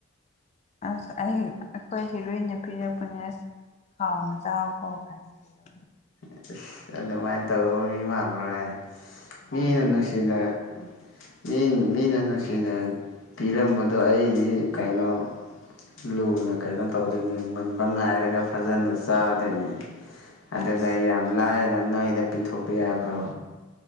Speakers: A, on the left; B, on the left.
A: ꯑꯁ ꯑꯩ ꯑꯩꯈꯣꯏ ꯍꯤꯔꯣꯏ ꯅꯨ ꯄꯤꯄꯅꯦꯁ ꯍꯥꯎꯅ ꯆꯥꯎ ꯐꯣ ꯈꯥꯏꯅ ꯄꯤꯔ
B: ꯑꯁ ꯑꯗꯨꯃꯥꯏꯅ ꯇꯧꯕ ꯃꯤ ꯃꯥꯟꯂꯔꯣꯏ
A: ꯃꯥꯗꯨꯅ
B: ꯃꯤꯅ ꯅꯨꯡꯁꯤꯅ
A: <inaudible>
B: ꯃꯤ ꯃꯤꯅ ꯅꯨꯡꯁꯤꯅ ꯄꯤꯔꯝꯕꯗꯣ ꯑꯩ ꯀꯩꯅꯣ ꯂꯨꯅ ꯀꯩꯅꯣ ꯇꯧꯗꯣꯏꯅꯤ ꯃꯨꯟꯕ ꯉꯥꯏꯔꯒ ꯐꯖꯅ ꯆꯥꯗꯣꯏꯅꯦ ꯑꯗꯨꯗ
A: ꯑꯁ
B: ꯌꯥꯝ ꯂꯥꯏꯅ ꯅꯣꯏꯗ ꯄꯤꯊꯣꯛꯄ ꯌꯥꯕ꯭ꯔꯣ